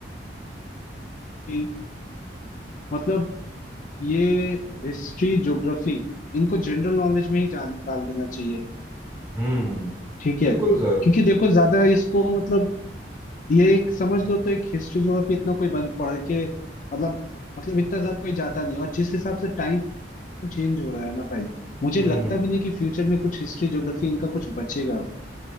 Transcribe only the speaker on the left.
है। कि मतलब ये हिस्ट्री ज्योग्राफी इनको जनरल नॉलेज में ही जान डाल देना चाहिए
ठीक है
क्योंकि देखो ज्यादा इसको मतलब ये एक समझ लो तो एक हिस्ट्री ज्योग्राफी इतना कोई बंद पढ़ के मतलब मतलब इतना ज्यादा कोई जाता नहीं और जिस हिसाब से टाइम चेंज हो रहा है ना भाई मुझे
लगता
भी नहीं कि फ्यूचर में कुछ हिस्ट्री ज्योग्राफी इनका कुछ बचेगा